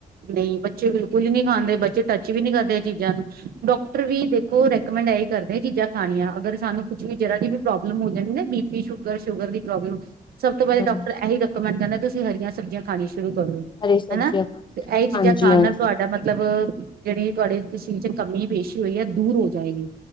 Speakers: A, on the right; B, on the left.
A: ਨ‌ਈ ਬੱਚੇ ਬਿਲਕੁਲ ਹੀ ਨੀ ਖਾਂਦੇ ਬੱਚੇ ਟੱਚ ਵੀ ਨੀ ਕਰਦੇ ਐਹ ਚੀਜ਼ਾਂ ਨੂੰ, ਡੋਕਟਰ ਵੀ ਦੇਖੋ ਰੈ ਰੈਕਮੈਂਡ ਐਹੀ ਕਰਦੇ ਚੀਜ਼ਾਂ ਖਾਣੀਆਂ ਅਗਰ ਸਾਨੂੰ ਕੁਛ ਵੀ ਜ਼ਰਾ ਜੀ ਵੀ ਪ੍ਰੋਬਲਮ ਹੋ ਜਾਏ ਨਾ ਬੀਪੀ, ਸ਼ੂਗਰ, ਸ਼ੂਗਰ ਦੀ ਪ੍ਰੋਬਲਮ ਸਭ ਤੋਂ ਪਹਿਲੇ
B: ਹਾਂਜੀ,
A: ਡਾਕਟਰ ਐਹੀ ਰਿਕੋਮੈਂਡ ਕਰਦਾ ਤੁਸੀਂ ਹਰੀਆਂ ਸਬਜ਼ੀਆਂ ਖਾਣੀ ਸ਼ੁਰੂ ਕਰੋ। ਹਨਾ,
B: ਹਰੀ ਸਬਜ਼ੀਆਂ ਖਾ
A: ਤੇ ਐਹੀ ਚੀਜ਼ਾਂ
B: ਹਾਂਜੀ
A: ਖਾਣ
B: ਹਾਂਜੀ
A: ਨਾਲ ਤੁਹਾਡਾ ਮਤ ਮਤਲਬ ਜਿਹੜੀ ਤੁਹਾਡੇ ਸਰੀਰ ਚ ਕਮੀ ਪੇਸ਼ੀ ਹੋਈ ਐ ਦੂਰ ਹੋ ਜਾਏਗੀ।